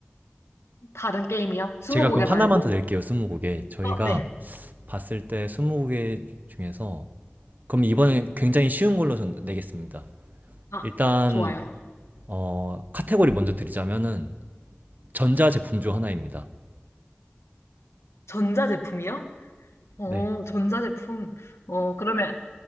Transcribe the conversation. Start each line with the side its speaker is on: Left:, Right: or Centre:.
Left: 다른 게임이요? 스무고개
Right: 제가 그럼 하나만
Left: 말고?
Right: 더 낼게요, 스무고개. 저희가
Left: 어, 네.
Right: 봤을 때 스무고개 중에서 그럼 이번엔 굉장히 쉬운 걸로 전 내겠습니다.
Left: 아,
Right: 일단
Left: 좋아요.
Right: 네. 어, 카테고리 먼저 드리자면은 전자제품 중 하나입니다.
Left: 전자제품이요? 어,
Right: 네.
Left: 전자제품. 어, 그러면